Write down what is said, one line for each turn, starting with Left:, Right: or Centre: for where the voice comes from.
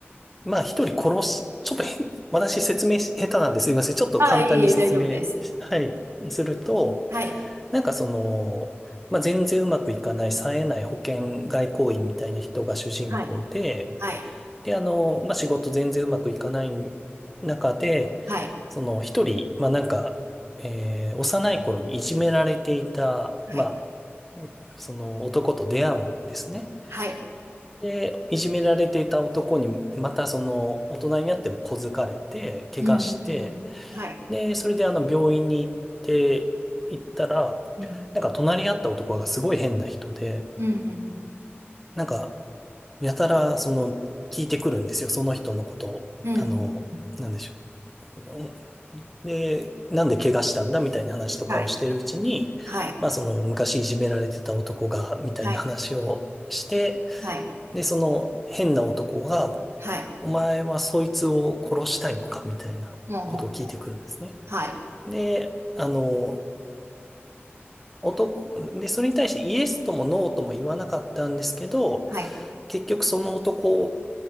Centre: まあ一人殺し、ちょっと変、私説明し下手なんですいません。ちょっと簡単に説明、
Right: ああ、いえいえ、大丈夫です。
Centre: はい、すると、
Right: はい、
Centre: なんかその、まあ全然うまくいかない、冴えない保険外交員みたいな人が主人公で、
Right: はい、はい、
Centre: で、あの、まあ、仕事全然うまくいかない中で、
Right: はい、
Centre: その一人、まあ、なんか、えー幼い頃にいじめられていた、
Right: はい、
Centre: まあ、その男と出会うんですね。
Right: はい、
Centre: で、いじめられていた男に、またその大人になっても小づかれて、怪我して、
Right: うん、うん、うんはい、
Centre: で、それであの病院に行って、行ったら、
Right: うん。
Centre: なんか隣り合った男がすごい変な人で、
Right: うん、
Centre: なんかやたら、その、聞いてくるんですよ。その人のことを。
Right: うん、うん。
Centre: あの、なんでしょう。うんで、なんで怪我したんだみたいな話とかをしてるうちに、
Right: はい、はい、
Centre: まあその昔いじめられてた男が、みたいな話をして、
Right: はい、はい、
Centre: で、その変な男が、
Right: はい、
Centre: お前はそいつを殺したいのかみたいなことを聞いてくるんですね。
Right: ほうほうほう。はい、
Centre: で、あの、男、で、それに対してイエスともノーとも言わなかったんですけど、
Right: はい、
Centre: 結局その男